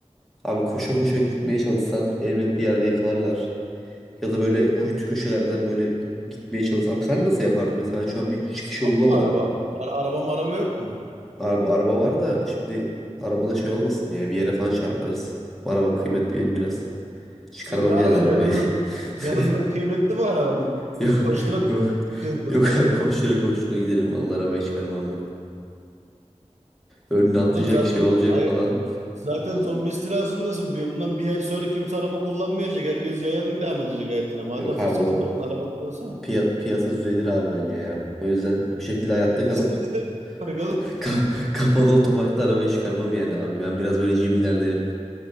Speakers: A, in the centre; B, on the right.
A: abi koşa koşa gitmeye çalışsan elbet bir yerde yakalarlar. Ya da böyle kuytu köşelerden böyle gitmeye çalışsan. Abi sen nasıl yapardın? Mesela şu an bir çıkış
B: Yok
A: yolu bulamadım.
B: mu araba? Ara araba maraba yok mu?
A: Araba, araba var da şimdi arabada şey olmasın diye bir yere falan çarparız. Arabam kıymetli benim biraz. Çıkarmam
B: Oğlum ne araban?
A: yani arabayı.
B: Canından
A: <laughs>
B: canından kıymetli bu araban.
A: Yok
B: Koştura
A: yok
B: koştura.
A: yok abi koştura koştura giderim vallahi arabayı çıkarmam ben. Önüne atlayacak
B: Oğlum zaten
A: şey olacak
B: ay,
A: falan.
B: zaten zombi istilasındasın. Bir- Bundan bir ay sonra kimse araba kullanmayacak. Herkes yayan devam edecek hayatına. Madem
A: Yok
B: fırsatın
A: abi o
B: varken araba kullansana.
A: piya-
B: <laughs>
A: piyasa düzelir abi bence ya. O yüzden bir şekilde hayatta kalıp
B: Sen de sen- oğlum.
A: <laughs> ka- kapalı otoparkta arabayı çıkarmam yani abi. Ben biraz böyle cimilerdenim.